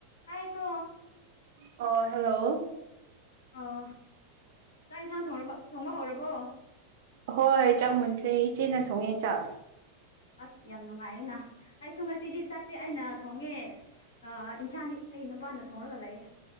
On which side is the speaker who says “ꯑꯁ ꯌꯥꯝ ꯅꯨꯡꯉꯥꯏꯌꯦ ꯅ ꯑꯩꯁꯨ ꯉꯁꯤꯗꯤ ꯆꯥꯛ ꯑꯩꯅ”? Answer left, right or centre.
Left